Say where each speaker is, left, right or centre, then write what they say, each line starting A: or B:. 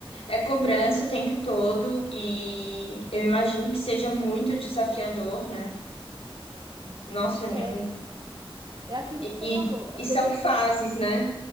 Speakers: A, on the left; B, on the right.
A: é cobrança o tempo todo e eu imagino que seja muito desafiador, né? Nossa, nem-
B: É,
A: um,
B: é aquilo
A: e,
B: que você
A: e,
B: falou. É
A: e são
B: desafi...
A: fases,
B: é,
A: né?